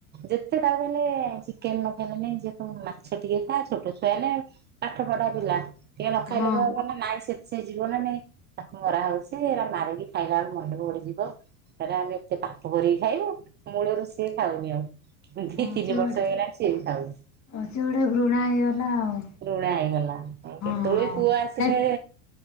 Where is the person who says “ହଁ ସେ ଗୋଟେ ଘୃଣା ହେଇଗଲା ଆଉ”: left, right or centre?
Left